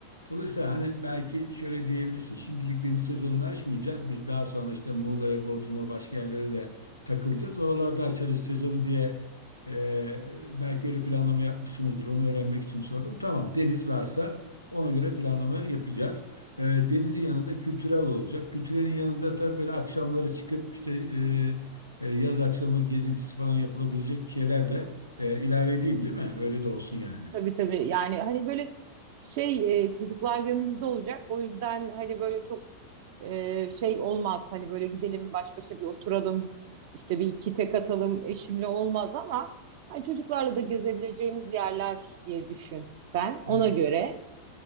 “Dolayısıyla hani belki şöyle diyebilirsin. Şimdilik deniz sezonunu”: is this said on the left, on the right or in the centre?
Left